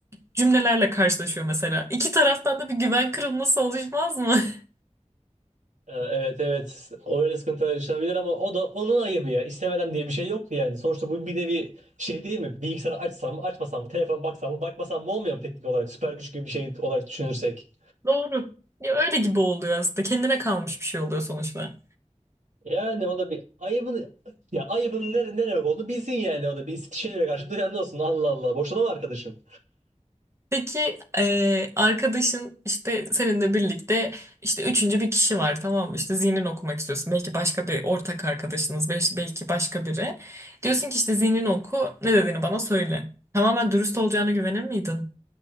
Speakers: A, on the right; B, on the right.
A: cümlelerle karşılaşıyor mesela. İki taraftan da bir güven kırılması oluşmaz mı? <laughs>
B: Ee, evet evet. Öyle sıkıntılar yaşanabilir ama o da onun ayıbı ya. İstemeden diye bir şey yoktu yani. Sonuçta bu bir nevi şey değil mi? Bilgisayarı açsam mı açmasam mı? Telefon baksam mı bakmasam mı olmuyor mu teknik olarak? Süper güç gibi bir şey olarak düşünürsek.
A: Doğru. Ya öyle gibi oluyor aslında. Kendine kalmış bir şey oluyor sonuçta.
B: Yani o da bir ayıbın ya ayıbın ne, ne demek olduğunu bilsin yani o da bir şeylere karşı duyarlı olsun. Allah Allah. Boşuna mı arkadaşım?
A: Peki eee, arkadaşın işte seninle birlikte işte üçüncü bir kişi var tamam mı? İşte zihnini okumak istiyorsun. Belki başka bir ortak arkadaşınız, bel- belki başka biri. Diyorsun ki işte zihnini oku, ne dediğini bana söyle. Tamamen dürüst olacağına güvenir miydin?